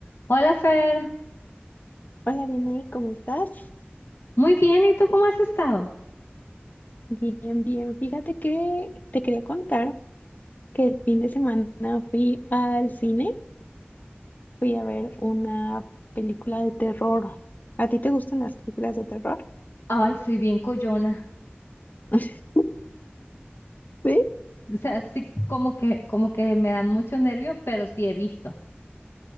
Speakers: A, on the left; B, on the left.
A: Hola Fer,
B: Hola, Vianey, ¿cómo estás?
A: muy bien, ¿y tú cómo has estado?
B: Bien, bien. Fíjate que te quería contar que el fin de semana fui al cine, fui a ver una película de terror. ¿A ti te gustan las películas de terror?
A: Ay, soy bien coyona,
B: <laughs> ¿Sí?
A: o sea, sí como que, como que me dan mucho nervio, pero sí he visto.